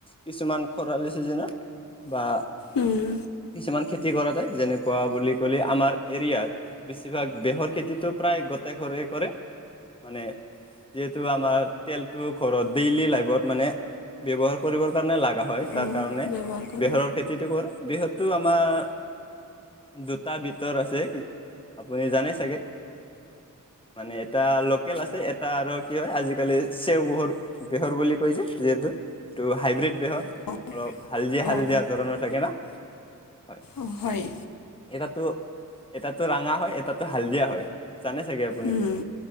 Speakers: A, on the left; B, on the left.
A: কিছুমান খৰালি ছিজেনত বা
B: উম,
A: কিছুমান খেতি কৰাতোই যেনেকুৱা বুলি ক'লে আমাৰ এৰিয়াত বেছিভাগ বেহৰ খেতিতটো প্ৰায় গোটেই ঘৰে কৰে, মানে যিহেতু আমাৰ তেলটো ঘৰত, ‌ডেইলি লাইফত মানে ব্য্ৱহাৰ কৰিবৰ কাৰণে লগা হয়, ‌ যাৰ
B: অঁ
A: কাৰণে
B: ব্যৱহাৰ কৰোঁ
A: বেহৰৰ খেতিতটো কৰে বেহুৰ টো আমাৰ দুটা ভিতৰ আছে। আপুনি জানে চাগে। মানে এটা লোকেল আছে এটা আৰু কি হয় আজিকালি চেও বহুত বেহৰ বুলি কৈছে যিহেতু, এইটো হাইব্ৰীড বেহৰ।
B: অঁ
A: অলপ হালধিয়া
B: অঁ
A: হালধিয়া ধৰণৰ থাকে ন, হয়।
B: অ' হয়।
A: এটাতো এটাতো ৰঙা হয়, এটো হালদিয়া হয়, জানে চাগে আ
B: উম